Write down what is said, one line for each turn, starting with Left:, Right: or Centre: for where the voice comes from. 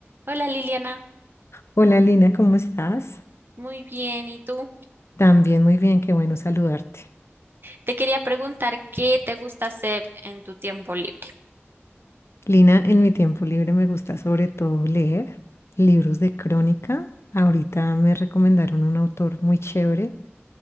Right: Hola Liliana,
Left: Hola Lina, ¿cómo estás?
Right: muy bien. ¿Y tú?
Left: También muy bien, qué bueno saludarte.
Right: Te quería preguntar qué te gusta hacer en tu tiempo libre.
Left: Lina, en mi tiempo libre me gusta sobre todo leer libros de crónica. Ahorita me recomendaron un autor muy chévere,